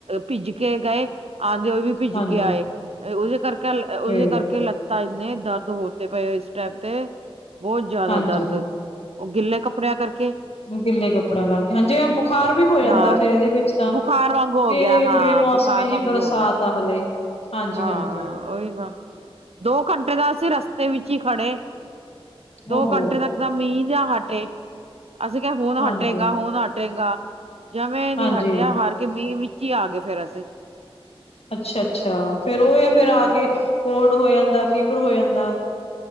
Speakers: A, on the right; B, on the left.
A: ਭਿੱਜ ਕੇ ਗਏ। ਆਂਦੇ ਹੋਏ ਵੀ ਭਿੱਜ
B: ਹਾਂਜੀ,
A: ਕੇ ਆਏ, ਉਹਦੇ ਕਰਕੇ ਆ ਲੱ-ਉਹਦੇ
B: ਤੇ
A: ਕਰਕੇ ਲੱ ਤਾਂ ਇੰਨੇ ਦਰਦ ਹੁੰਦੇ ਪਏ ਸੀ, ਇਸ ਟਾਈਮ ਤੇ। ਬਹੁਤ ਜ਼ਿਆਦਾ
B: ਹਾਂਜੀ।
A: ਦਰਦ, ਉਹ ਗਿੱਲੇ ਕੱਪੜਿਆਂ ਕਰਕੇ।
B: ਗਿੱਲੇ ਕੱਪੜਿਆਂ ਕਰਕੇ, ਹਾਂ ਜਿਵੇਂ ਬੁਖਾਰ ਵੀ ਹੋ ਜਾਂਦਾ
A: ਹਾਂ
B: ਫੇਰ ਇਹਦੇ ਵਿੱਚ ਤਾਂ।
A: ਬੁਖਾਰ ਵਾਂਗੂ
B: ਕਿਉਂਕਿ
A: ਹੋ ਗਿਆ ਹਾਂ
B: ਬੇ ਮੌਸਮੀ
A: ਬੁਖਾਰ
B: ਜੀ
A: ਵਾਂਗੂ
B: ਬਰਸਾਤ
A: ਹੋ ਗਿਆ
B: ਆ ਹਲੇ। ਹਾਂਜੀ-ਹਾਂਜੀ
A: ਹਾਂ ਉਹੀ ਤਾਂ, ਦੋ ਘੰਟੇ ਤਾਂ ਅਸੀਂ ਰਸਤੇ ਵਿੱਚ ਹੀ ਖੜੇ। ਦੋ
B: ਓਹੋ
A: ਘੰਟੇ ਤੱਕ ਤਾਂ ਮੀਂਹ ਜਾ ਹਟੇ। ਅਸੀਂ ਕਿਹਾ ਹੁਣ
B: ਹਾਂਜੀ,
A: ਹਟੇਗਾ-ਹੁਣ ਹਟੇਗਾ, ਜਮੀਂ
B: ਹਾਂਜੀ
A: ਨੀ ਹਟਿਆ ਹਾਰ ਕੇ ਮੀਂਹ ਵਿੱਚ ਹੀ ਆ ਗਏ ਫੇਰ ਅਸੀਂ।
B: ਅੱਛਾ-ਅੱਛਾ, ਫੇਰ ਉਹ ਆ ਫਿਰ ਆ
A: ਹਾਂਜੀ
B: ਕੇ ਕੋਲਡ ਹੋ ਜਾਂਦਾ, ਫੀਵਰ ਹੋ ਜਾਂਦਾ।